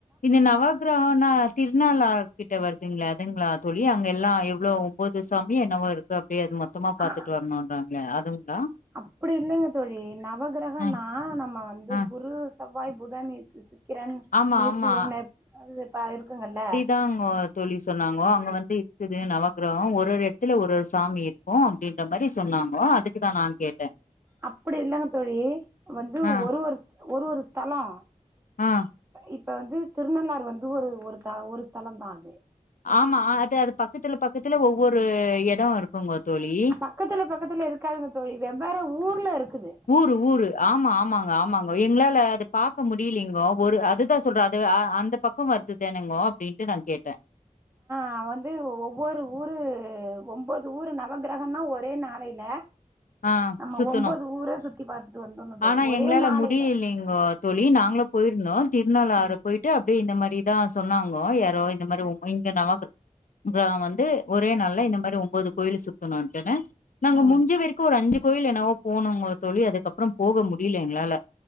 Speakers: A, on the left; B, on the right.
A: இந்த நவகிரகன்னா திருநாளார் கிட்ட வருதுங்ளா அதுங்ளா தோழி அங்கல்லா எவ்ளோ ஒம்போது புத்துசாமி என்னவோ இருக்கு அப்டிய அது மொத்தமா பாத்துட்டு
B: ஆ
A: வரணும்ன்றாங்ளே அதுங்ளா
B: அப்டி இல்லைங் தோழி நவகிரகன்னா
A: அ
B: நம்ம வந்து
A: அ
B: குரு செவ்வாய் புதன் சு க்கிரண்
A: ஆமா
B: நீப்பியூ
A: ஆமா
B: நெப் அதுப்ப இருக்குங்கல்ல
A: தங்கொ சொல்லி சொன்னாங்கோ அங்க வந்து இருக்குது நவகிரகோ ஒரு ரெண் த்துல ஒரு சாமி இருக்கு அப்டின்ற மாரி சொன்னாங்கோ அதுக்தா நா கேட்டே
B: அப்படில்ல அ தோழி வந்து
A: அ
B: ஒரு ஒரு ஒரு ஒரு தலா
A: ஆ
B: இப்ப வந்து திருநள்ளாறு வந்து ஒரு ஒரு த ஒரு ஸ்தலம் தா அது
A: ஆமா அது அது பக்கத்துல பக்கத்துல ஒவ்வொரு எடோ இருக்குங்க தோழி
B: பக்கத்துல பக்கத்துல இருக்காங்க தோழி வெவ்வேற ஊர்ல இருக்குது
A: ஊரு ஊரு ஆமா ஆமாங்க ஆமாங்க எங்களால அது பாக்க முடியலிங்கோ ஒரு அதுதா சொல்றே அது அ அந்த பக்க வருத்து தேனோங்கோ அப்படின்ட்டு நா கேட்டே
B: நா வந்து ஒ ஒவ்வொரு ஊரு ஒம்போது ஊரு நவகிரகன்னா ஒரே நாளையில
A: ஆ
B: நம்ம
A: சுத்துனோம்.
B: ஒம்போது ஊர சுத்தி பார்த்துட்டு வந்தர்னு தோழி
A: ஆனா
B: ஒரே
A: எங்களால
B: நாளையில
A: முடியலைங்கோ தோழி நாங்கலு போயிருந்தோ திருன்னள்ளாறு
B: ம்
A: போயிட் ட்டு அப்படி இந்த மாரிதா சொன்னாங்கோ யாரோ இந்த மாரி உ இங்க நவாக்கு கிரா வந்து ஒரே நாள்ல இந்த மாரி ஒம்போது கோயிலு சுத்தணுன்ட்டுன்னு நாங்க
B: ம்
A: முன்ஞ்ச வரைக்கு ஒரு அஞ்சு கோயில் என்னாவோ போனோங்கோ தோழி அதுக்கப்புறம் போக முடியில எங்களால